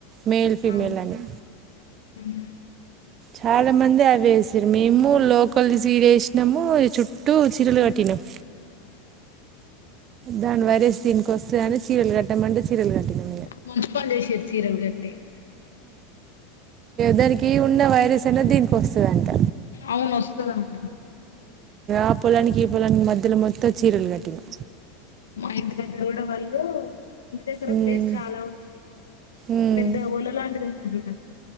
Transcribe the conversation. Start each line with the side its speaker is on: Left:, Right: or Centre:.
Right: మేల్ ఫీమేల్
Left: ఆ
Right: అని
Left: ఉమ్
Right: చాలా మంది అవి వేసారు మేము లోకలి సీడ వేసినాము చుట్టూ చీరలు కట్టినాము దాని వరేసి దీనికి వస్తే కాని చీరలు కట్టామంటే చీరలు కట్టినా
Left: మున్సిపాండేశరి చీరల్ గట్టి
Right: దానికి ఉన్న వైరస్ అనేది దీనికి వస్తుందంట
Left: అవును వస్తుందంట
Right: ఆ పొలానికి ఈ పొలానికి మధ్యలో మొత్తం చీరలు కట్టినాం
Left: మా ఇంటి దగ్గర కూడా వాళ్ళు ఇంటి దగ్గర
Right: ఉమ్
Left: ప్లేస్ చాలా ఉందని
Right: ఉమ్
Left: పెద్ద ఒల లాంటిది ఉంటంది చూడకు